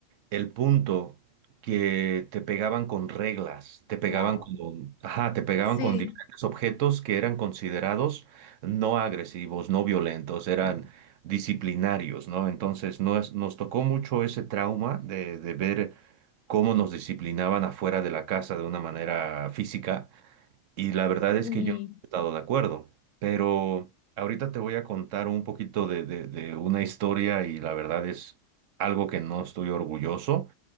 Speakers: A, on the right (about 75°); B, on the left (about 85°).
A: el punto que te pegaban con reglas, te pegaban
B: wow.
A: con, ajá, te pegaban
B: Sí,
A: con diferentes objetos que eran considerados no agresivos, no violentos, eran disciplinarios, ¿no? Entonces nos, nos tocó mucho ese trauma de, de ver cómo nos disciplinaban afuera de la casa de una manera física y la verdad es
B: y,
A: que yo no he estado de acuerdo, pero ahorita te voy a contar un poquito de, de de una historia y la verdad es algo que no estoy orgulloso